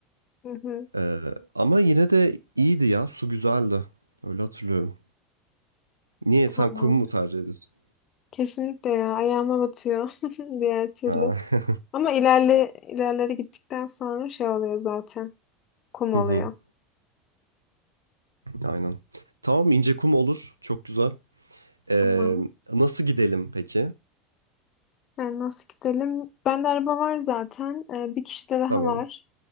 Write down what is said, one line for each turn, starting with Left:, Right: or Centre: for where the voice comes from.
Left: Hı hı,
Right: Ee, ama yine de iyiydi ya su güzeldi. Öyle hatırlıyorum. Niye
Left: tamam.
Right: sen kum mu tercih ediyorsun?
Left: Kesinlikle ya ayağıma batıyor <laughs> diğer türlü.
Right: Ha.
Left: Ama ilerle ilerleri gittikten sonra şey oluyor zaten. Kum
Right: <laughs>
Left: oluyor.
Right: Hı hı, Aynen. Tamam ince kum olur. Çok güzel. Ee,
Left: Tamam.
Right: nasıl gidelim peki?
Left: Yani nasıl gidelim? Bende araba var zaten. Ee, bir kişi de daha
Right: Tamam.
Left: var.